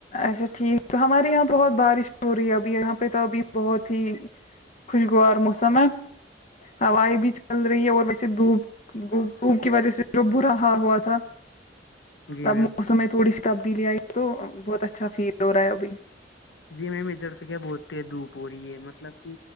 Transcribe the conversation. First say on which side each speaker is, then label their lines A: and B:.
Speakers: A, on the left; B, on the left.
A: اچھا ٹھیک تو ہمارے یہاں تو بہت بارش ہو رہی ہے ابھی یہاں پہ تو ابھی بہت ہی خوشگوار موسم ہے ہوائیں بھی چل رہی ہے اور ویسے دھوپ ب کی وجہ سے جو برا حال ہوا تھا
B: ہے جی
A: اب
B: میم
A: موسم میں تھوڑی سی تبدیلی آئی تو بہت اچھا فیل ہو رہا ہے ابھی
B: جی میم ادھر تو کیا بولتے ہیں دھوپ ہو رہی ہے مطلب کہ